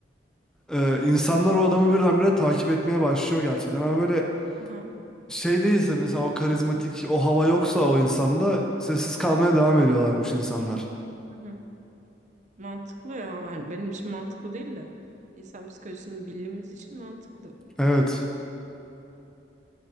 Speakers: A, in the centre; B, on the right.
A: e, insanlar o adamı birdenbire takip etmeye başlıyor gerçekten. Ama böyle
B: Hı hı.
A: şey değilse mesela o karizmatik o hava yoksa o insanda sessiz kalmaya devam ediyorlarmış insanlar.
B: Hı hı. Mantıklı ya. Yani benim için mantıklı değil de insan psikolojisini bildiğimiz için mantıklı.
A: Evet.